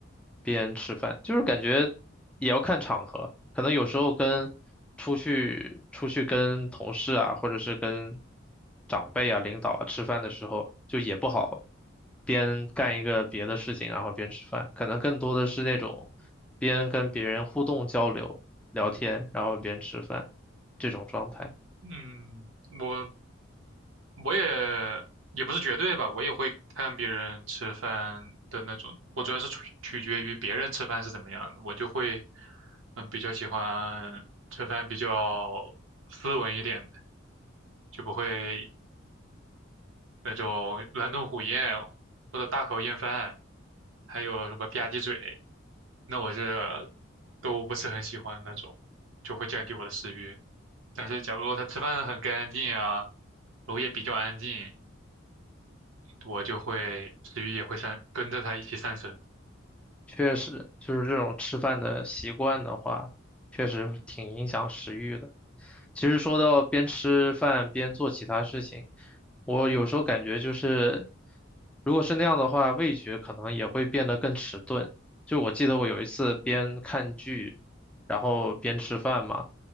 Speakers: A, in the centre; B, on the right (about 75°).
A: 边吃饭。就是感觉也要看场合，可能有时候跟出去出去跟同事啊，或者是跟长辈啊、领导啊吃饭的时候，就也不好边干一个别的事情，然后边吃饭，可能更多的是那种边跟别人互动交流、聊天，然后边吃饭这种状态。
B: 嗯，我我也也不是绝对吧，我也会看别人吃饭的那种。我主要是取取决于别人吃饭是怎么样的，我就会嗯比较喜欢吃饭比较斯文一点的，就不会那种狼吞虎咽或者大口咽饭，还有什么吧唧嘴，那我是都不是很喜欢那种，就会降低我的食欲。但是假如他吃饭很干净啊，楼也比较安静，我就会食欲也会上，跟着他一起上升。
A: 确实，就是这种吃饭的习惯的话，确实挺影响食欲的。其实说到边吃饭边做其他事情，我有时候感觉就是，如果是那样的话，味觉可能也会变得更迟钝。就我记得我有一次边看剧，然后边吃饭嘛，